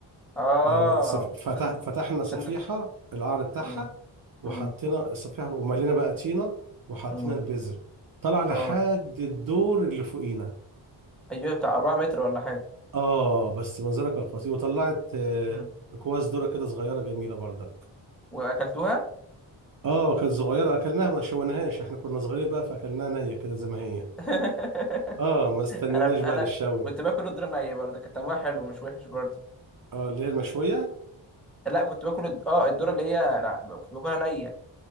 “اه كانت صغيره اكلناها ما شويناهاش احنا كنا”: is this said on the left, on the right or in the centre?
Right